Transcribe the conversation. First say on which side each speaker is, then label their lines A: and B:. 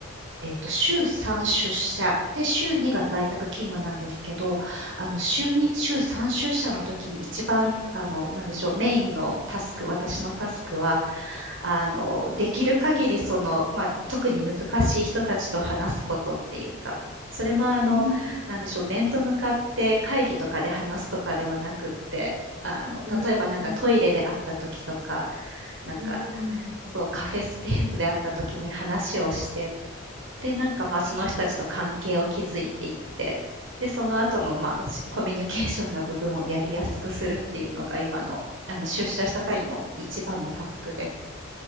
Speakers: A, on the right; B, on the right.
A: えっと、週3出社で、週2が在宅勤務なんですけど、あの、週2、
B: はい。
A: 週3出社の時に一番、あの、なんでしょう、メインのタスク、私のタスクは、あのできる限りその、まあ、特に難しい人たちと話すことっていうかそれもあのなんでしょう面と向かって会議とかで話すとかではなくってあの例えばなんかトイレで会った時とか
B: うん、うん、
A: なんか
B: うん、
A: そうカフェスペースで会った時に話をしてでなんかまあその人たちと関係を築いていってでその後のまあしコミュニケーションの部分をやりやすくするっていうのが今のあの出社した際の一番のタスクで